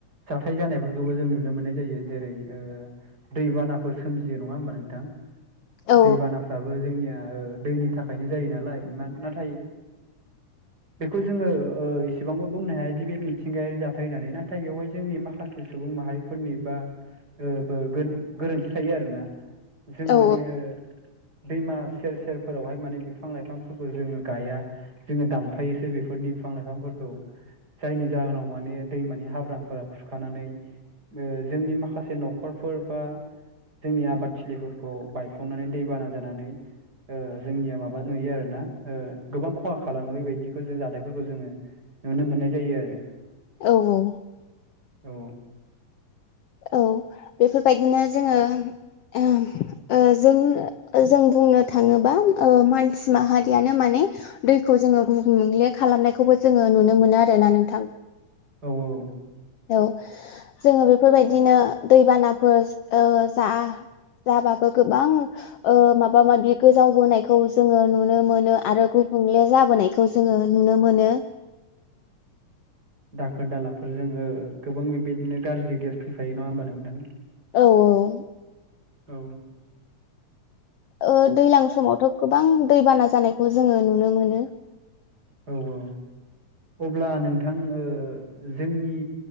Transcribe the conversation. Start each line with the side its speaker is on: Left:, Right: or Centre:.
Right: जाथाय जानायफोरखौबो जों नुनो मोननाय जायो जेरै ओ दैबानाफोर सोमजियो नङा होमबा नों
Left: औ
Right: दैबानाफ्राबो जोंनिया ओ दैनि थाखायनो जायो नालाय नाथाय
Left: <inaudible>
Right: बेखौ जोङो ओ एसेबांबो बुंनो हाया दि बे मिथिंगायारि जाथाय होननानै नाथाय बेवहाय जोंनि माखासे सुबुं माहारि फोरनिबा ब गोरोन्थि थायो आरोना जों
Left: औ
Right: माने ओ दैमा सेर सेरफोरावहाय माने बिफां लाइफांफोरखौ जोङो गाया। जोङो दानफायोसो बेफोरनि बिफां लाइफांफोरखौ। जायनि जाहोनाव माने दैमानि हाब्रांफोरा खुरखानानै ओ जोंनि माखासे न'खरफोर बा जोंनि आबादथिलिफोर खौ बायफ्लंनानै दैबाना जानानै ओ जोंनिया माबा नुयो आरोना ओ गोबां खहा खालामो बेबायदिखौ जों जाथायफोरखौ जोङो नुनो मोननाय जायो आरो।
Left: औ औ।
Right: औ
Left: औ बेफोरबायदिनो जोङो ओहम ओ जों-जों बुंनो थाङोबा ओ मानसि माहारियानो माने दैखौ जोङो गुबुंले खालामनायखौबो जोङो नुनो मोनो आरो ना नोंथां।
Right: औ औ
Left: औ जोङो बेफोरबायदिनो दैबानाफोर ओ जा जाबाबो गोबां ओ माबा माबि गोजावबोनायखौ जोङो नुनो मोनो आरो गुबुंले जाबोनाय खौ जोङो नुनो मोनो।
Right: दाखोर दालाफोरजों ओ गोबां बेबायदिनो गाज्रि गेस फैफायो नङा होमबा नोंथां?
Left: औ औ
Right: औ
Left: ओ दैजलां समावथ' गोबां दैबाना जानायखौ जोङो नुनो मोनो।
Right: औ औ अब्ला नोंथां ओ जोंनि